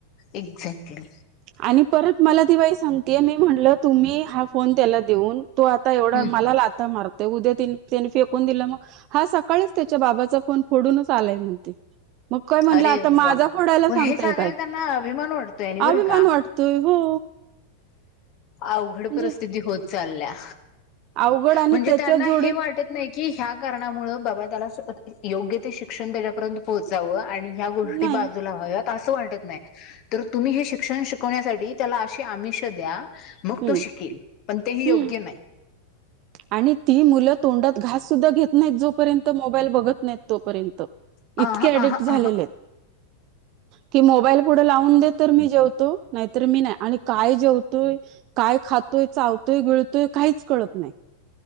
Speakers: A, on the left (about 45°); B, on the right (about 45°).
A: एक्झॅक्टली
B: <unintelligible> आणी परत मला ती बाई सांगतेय मी म्हणल तुम्ही. हा फोन त्याला देऊन तो आता एवढा
A: हम्म
B: मला लाता मारतो. उद्या त्यानी फेकून दिलं मग हा सकाळीच त्याच्या बाबाचा फोन फोडूनच आलाय म्हणते. मग काय म्हणलं
A: अरे
B: आता
A: वा.
B: माझा फोडायला
A: मग
B: सांगताय
A: हे सांगायला
B: काय
A: त्यांना अभिमान
B: <unintelligible>
A: वाटतोय आणि बरं
B: अभिमान
A: का
B: वाटतोय. हो.
A: अवघड
B: म्हणजे
A: परिस्थिती होत चालल्या.
B: अवघड आणि
A: म्हणजे
B: त्याच्या
A: त्यांना
B: जोडी
A: हे वाटत नाही. कि ह्या कारणामुळें बाबा त्याला योग्य ते शिक्षण त्याच्यापर्यंत पोहोचावं. आणि ह्या गोष्टी
B: नाही
A: बाजूला हव्यात असं वाटत नाही तर तुम्ही हे शिक्षण शिकवण्यासाठी त्याला. आमिष द्या मग
B: हम्म.
A: तो शिकेल पण तेही
B: हम्म.
A: योग्य नाही.
B: आणि ती मुलं तोंडात घास सुद्धा घेत नाहीत जोपर्यंत मोबाईल बघत नाहीत तोपर्यंत.
A: आहा
B: इतके अडिक्ट
A: आहा
B: झालेले.
A: आहा
B: कि मोबाईल पुढे लावून देत तर मी जेवतो नाहीतर मी नाही आणि काय जेवतोय काय खातो तोय चावतोय. गिळतोय. काहीच कळत नाही.